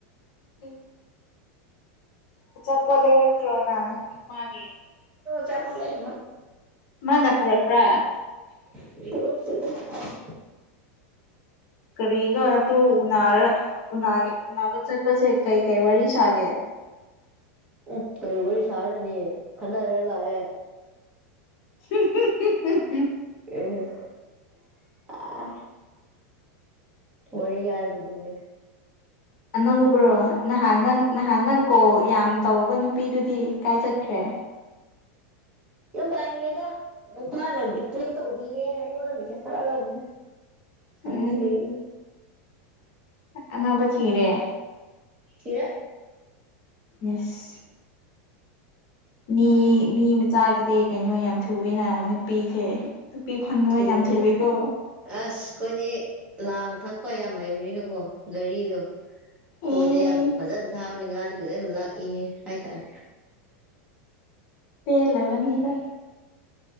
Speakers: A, on the left (about 40°); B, on the right (about 15°).
A: ꯎꯝ ꯑꯆꯥꯄꯣꯠ ꯂꯩꯔꯛꯇꯔꯣ ꯅꯪ ꯃꯥꯒꯤ
B: ꯆꯄ ꯂꯩ
A: ꯃꯥꯅ ꯄꯨꯔꯛꯄ꯭ꯔꯥ
B: ꯄꯨꯗ <unintelligible>
A: ꯀꯔꯤꯅꯣꯅꯝ ꯅꯇꯨ ꯎꯅꯔ ꯎꯅꯥꯒ ꯎꯅꯥꯕ ꯆꯠꯄꯁꯦ ꯀꯩ ꯀꯩ ꯋꯥꯔꯤ ꯁꯥꯒꯦ
B: ꯎꯝ ꯀꯔꯤ ꯋꯥꯔꯤ ꯁꯥꯔꯅꯤ ꯈꯟꯅꯔ ꯂꯥꯛꯑꯦ
A: <unintelligible>
B: ꯑꯁ ꯑꯥ ꯋꯥꯔꯤ ꯌꯥꯏꯕꯨꯗꯨꯨꯅꯦ
A: ꯑꯅꯧꯕ꯭ꯔꯣ ꯅꯍꯥꯟ ꯅꯪ ꯅꯍꯥꯟ ꯅꯪ ꯀꯣ ꯌꯥꯝ ꯇꯧꯕ ꯅꯨꯄꯤꯗꯨꯗꯤ ꯀꯥꯏ ꯆꯠꯈ꯭ꯔꯦ <inaudible>
B: ꯌꯨꯝ ꯄꯥꯟꯒꯔ꯭ꯦꯗꯥ ꯅꯨꯄꯥꯅ ꯕꯤꯇꯔ꯭ꯦ ꯇꯧꯕꯤꯔꯦ ꯅ ꯑꯩꯉꯣꯟꯗ ꯃꯦꯁꯦꯁ ꯔꯅꯦ ꯊꯅꯤꯗꯒ
A: ꯎꯝ
B: <unintelligible>
A: ꯑꯅꯧꯕꯥ ꯊꯤꯔꯦ
B: ꯊꯤꯔꯦ
A: ꯌꯦꯁ ꯃꯤ ꯃꯤ ꯃꯆꯥꯒꯤꯗꯤ ꯀꯩꯅꯣ ꯌꯥꯝ ꯊꯨꯋꯦꯅ ꯅꯨꯄꯤꯁꯦ ꯅꯨꯄꯤ ꯐꯪꯗꯕ
B: ꯊꯨꯕꯅꯦ
A: ꯌꯥꯝ ꯊꯨꯋꯦꯀꯣ
B: ꯑꯁ ꯑꯩꯈꯣꯏꯗꯤ ꯂꯥꯡ ꯊꯛ ꯂꯄꯥ ꯌꯥꯝ ꯍꯩꯕꯅꯤꯅꯀꯣ ꯘꯔꯤꯗꯣ
A: ꯑꯦ
B: ꯈꯣꯏꯗ ꯌꯥꯝ ꯐꯖꯅ ꯊꯥꯕꯅꯤ ꯉꯥꯗꯤ ꯐꯖꯅ ꯂꯥꯛꯏ ꯍꯥꯏꯇꯥꯔꯦ
A: ꯄꯦꯂꯕꯅꯤꯗ